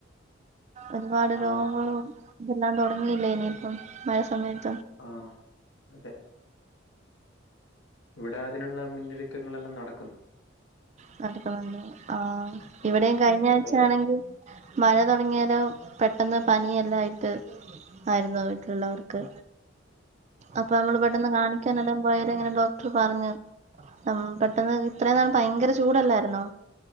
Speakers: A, on the right; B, on the left.
A: ഒരുപാട്
B: ആ
A: രോഗങ്ങളും ഇതെല്ലാം തുടങ്ങിയില്ല ഇനിയിപ്പം മഴ സമയത്ത്
B: ആ അതെ ഇവിടെ അതിനുള്ള മുന്നൊരുക്കങ്ങളെല്ലാം നടക്കുന്നു
A: <unintelligible> ആ
B: ആ
A: ഇവിടെയും
B: ഇവിടെ
A: കഴിഞ്ഞ ആഴ്ച
B: പല
A: ആണെങ്കിൽ മഴ തുടങ്ങിയാലോ പെട്ടെന്ന് പനിയെല്ലായിട്ട് ആയിരുന്നു വീട്ടിലുള്ളവർക്ക്
B: ഉം
A: അപ്പൊ നമ്മള്
B: ആ
A: പെട്ടെന്ന് കാണിക്കാാനെല്ലാം പോയാല ഇങ്ങനെ ഡോക്ടർ പറഞ്ഞു പെട്ടെന്ന് ഇത്രയും നാള ഭയങ്കര ചൂടല്ലായിരുന്നോ